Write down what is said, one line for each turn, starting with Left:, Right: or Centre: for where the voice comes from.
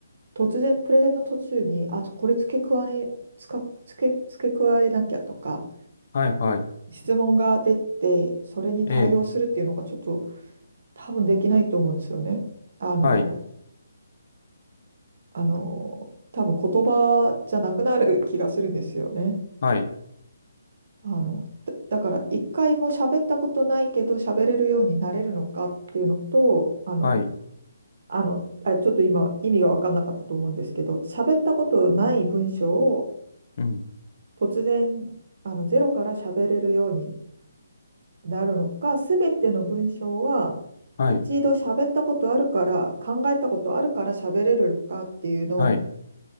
Right: 突然、プレゼンの途中に、あ、これ付け加え、つか、付け、付け加えなきゃとか、
Left: はい、はい、
Right: 質問が出て、それに対応するっていうのがちょっと、
Left: ええ、
Right: 多分できないと思うんですよね。あの、
Left: はい、
Right: あの、多分言葉じゃなくなる気がするんですよね。
Left: はい、
Right: あの、だ、だから一回も喋ったことないけど喋れるようになれるのかっていうのと、あの、
Left: はい、
Right: あの、あ、ちょっと今意味が分かんなかったと思うんですけど、喋ったことない文章を
Left: うん、
Right: 突然あのゼロから喋れるようになるのか、すべての文章は
Left: はい、
Right: 一度喋ったことあるから、考えたことあるから喋れるのかっていうのを
Left: はい、